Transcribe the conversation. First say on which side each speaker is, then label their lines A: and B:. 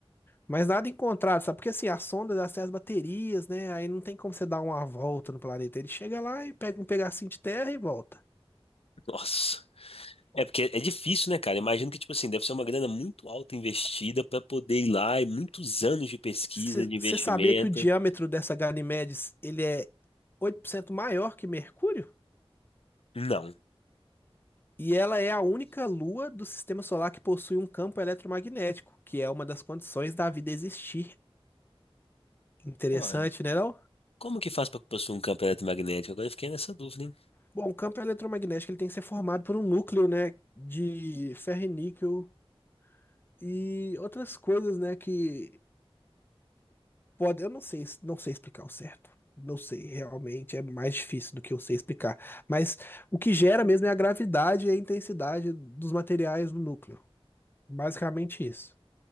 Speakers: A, on the left; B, on the left.
A: Mas nada encontrado, sabe? Porque assim, a sonda dá acesso às baterias, né? Aí não tem como você dar uma volta no planeta. Ele chega lá e pega um pedacinho de terra e volta.
B: Nossa. É porque é difícil, né, cara? Imagino que, tipo assim, deve ser uma grana muito alta investida pra poder ir lá e muitos anos de pesquisa,
A: Você
B: de investimento.
A: sabia que o diâmetro dessa Ganymedes, ele é 8% maior que Mercúrio?
B: Não.
A: E ela é a única lua do sistema solar que possui um campo eletromagnético, que é uma das condições da vida existir. Interessante,
B: Mano,
A: né, não?
B: Como que faz pra possuir um campo eletromagnético? Agora eu fiquei nessa dúvida, hein?
A: Bom, o campo eletromagnético ele tem que ser formado por um núcleo, né, de ferro e níquel e outras coisas, né, que Pode, eu não sei, não sei explicar o certo. Não sei, realmente é mais difícil do que eu sei explicar. Mas o que gera mesmo é a gravidade e a intensidade dos materiais no núcleo. Basicamente isso.